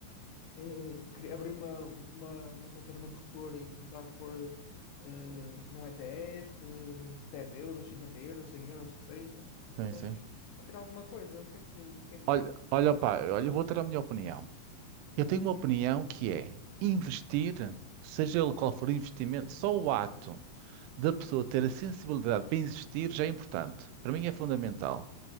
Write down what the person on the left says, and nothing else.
um- cri- abrir uma, uma, uma conta numa corretora e começar a pôr eh, num ETF, eh, 10 euros, 50 euros, 100 euros, que seja,
mas
pá, para ter alguma coisa, o que é que, o que é que
achas?